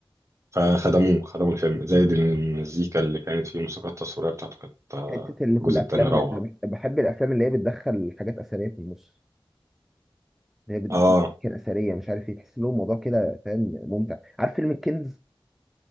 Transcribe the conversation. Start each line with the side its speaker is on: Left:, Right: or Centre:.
Right: فخدموه خدموا الفيلم زائد المزيكا اللي كانت فيه الموسيقى التصويريه بتاعته كانت آه،
Centre: حته اللي
Right: في
Centre: في
Right: الجزء
Centre: الافلام
Right: الثاني روعه
Centre: أنا بح- بحب الافلام اللي هي بتدخل حاجات اثريه في النص اللي هي بتجيب
Right: اه
Centre: كان اثريه مش عارف ايه تحس لهم الموضوع كده فاهم ممتع عارف فيلم الكنز